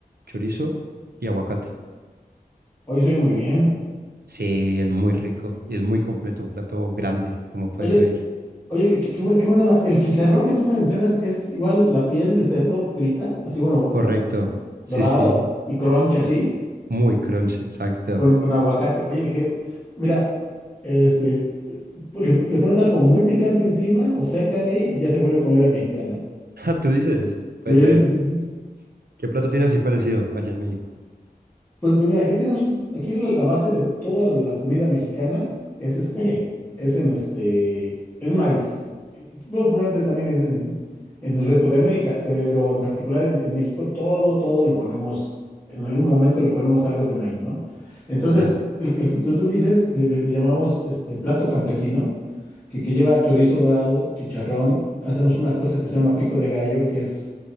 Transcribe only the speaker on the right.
chorizo y aguacate.
Sí, es muy rico y es muy completo, un plato grande, como puedes
oír.
Correcto.
Sí,
sí.
Muy crunch, exacto.
<laughs>
Ah, tú dices, puede
ser. ¿Qué plato tiene así parecido allá en México?
Sí.